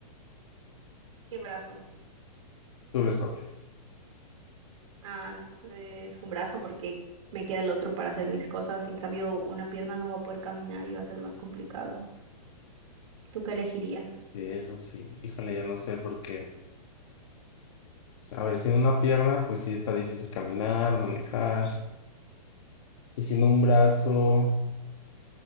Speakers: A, on the right; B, on the left.
A: ¿Qué brazo?
B: Tú lo escoges.
A: Ah, entonces un brazo porque me queda el otro para hacer mis cosas. En cambio, una pierna no va a poder caminar y va a ser más complicado. ¿Tú qué elegirías?
B: Sí, eso sí. Híjole, ya no sé por qué. Pues, A ver, sin una pierna, pues sí está difícil caminar, manejar. Y sin un brazo,